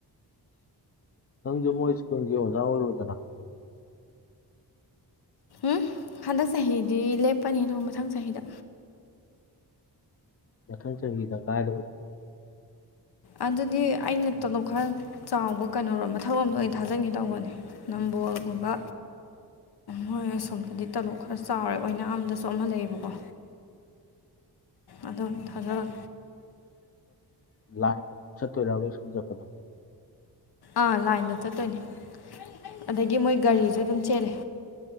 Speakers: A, on the left; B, on the left.
A: ꯁꯪꯖ ꯃꯣꯏ ꯁꯀꯣꯟꯒꯤ ꯑꯣꯖꯥ ꯑꯣꯏꯔꯣꯗꯅ
B: ꯎꯝ ꯍꯟꯗꯛ ꯆꯍꯤꯗꯤ ꯂꯦꯞꯄꯅꯤ ꯑꯗꯨꯒ ꯃꯊꯪ ꯆꯍꯤꯗ
A: ꯃꯊꯪ ꯆꯍꯤꯗ ꯀꯥꯏꯗ
B: ꯑꯗꯨꯗꯤ ꯑꯩꯅ ꯇꯣꯂꯣꯞ ꯈꯔ ꯆꯥꯎꯕ ꯀꯩꯅꯔꯣꯝꯕ ꯊꯕꯛ ꯑꯝꯗꯣ ꯑꯣꯏꯅ ꯊꯥꯖꯟꯒꯦ ꯇꯧꯕꯅꯦ ꯕꯣꯜꯒꯨꯝꯕ ꯍꯣꯏ ꯑꯁꯣꯝꯗꯗꯤ ꯇꯂꯣꯞ ꯈꯔ ꯆꯥꯎꯔꯦ ꯑꯣꯏꯅꯥꯝ ꯗꯁꯨ ꯑꯃ ꯂꯩꯌꯦꯕꯀꯣ ꯑꯗꯨꯝ ꯊꯥꯖꯔ
A: ꯂꯥꯏ ꯇꯣꯏꯔꯕ ꯁꯨꯟ ꯆꯠꯄꯗꯣ
B: ꯑꯥ ꯂꯥꯏꯟꯗ ꯆꯠꯇꯣꯏꯅꯤ ꯑꯗꯒꯤ ꯃꯣꯏ ꯒꯥꯔꯤꯁꯨ ꯑꯗꯨꯝ ꯆꯦꯜꯂꯦ